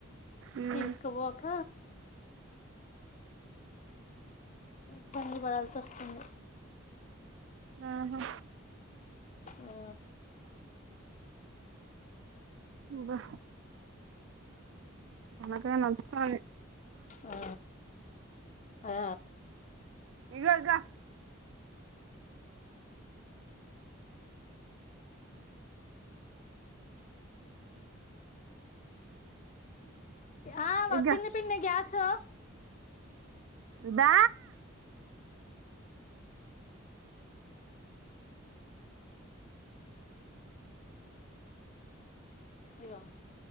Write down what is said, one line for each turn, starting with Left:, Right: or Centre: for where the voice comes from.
Right: ఉమ్
Left: తీసుకుపోక ఇబ్బంది పడాల్సి వస్తుంది
Right: ఆహా
Left: ఆ
Right: అబ్బా తలకాయ నోతంది
Left: ఆ ఆ
Right: ఇగో ఇగో
Left: ఆ వచ్చింది
Right: ఇగ
Left: పిన్ని గ్యాస్ సో
Right: దా
Left: ఇగ